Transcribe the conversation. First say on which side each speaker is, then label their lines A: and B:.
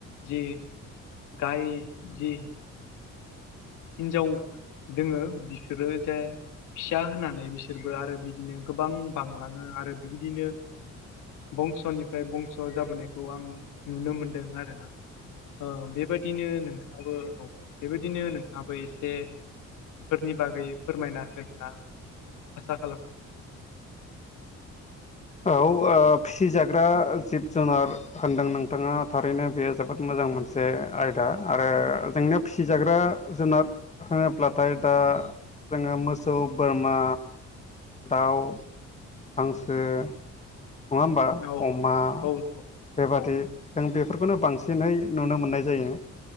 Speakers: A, on the left; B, on the left.
A: जि गाय जि हिनजाव दोङो बिसोरो जे फिसा होनानै बिसोरबो आरो बिदिनो गोबां बांलाङो आरो बिबायदिनो बंस'निफ्राय बंस' जाबोनायखौ आं नुनो मोनदों आरोना। बेबायदिनो नोंथाङाबो औ बेबायदिनो नोंथां। आबो एसे बेफोरनि बागै फोरमायना होगोन होनना आसा खालामो।
B: औ फिसिजाग्रा जिब - जुनार। होनदों नोंथाङा थारैनो बेयो जोबोद मोजां मोनसे आयदा आरो जोंनियाव फिसिजाग्रा जुनार होनोब्लाथाय दा जोङो मोसौ, बोरमा, दवाई। हांसो नङा होमबा
A: औ
B: अमा
A: औ नंगौ
B: बेबादि
A: औ
B: जों बेफोरखौनो बांसिनै नुनो मोननाय जायो